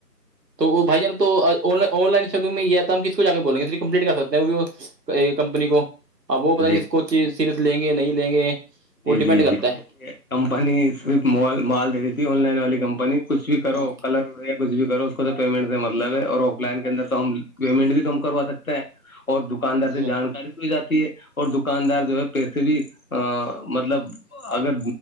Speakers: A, on the right (about 75°); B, on the left (about 55°).
A: تو وہ بھائی جان تو آن لائن شاپنگ میں <unintelligible> ہم کس کو جا کے بولیں گے اس کمپلیٹ کر سکتے ہیں وہ کمپنی کو اپ وہ پتا
B: جی
A: نہیں اس
B: جی
A: کو کہ صرف لیں گے نہیں لیں گے وہ
B: جی
A: ڈیپینڈ
B: جی
A: کرتا
B: جی
A: ہے
B: کمپنی صرف مال مال دے رہی تھی آن لائن والی کمپنی کچھ بھی کرو
A: ہ
B: کلر اڑے کچھ بھی کرو اس کو تو پیمنٹ سے مطلب ہے اور آف لائن کے اندر تو ہم پیمنٹ بھی کم کروا سکتے ہیں اور دکاندار سے
A: جی
B: جانکاری بھی ہو جاتی ہے اور دکاندار جو ہے پیسے بھی ا مطلب اگر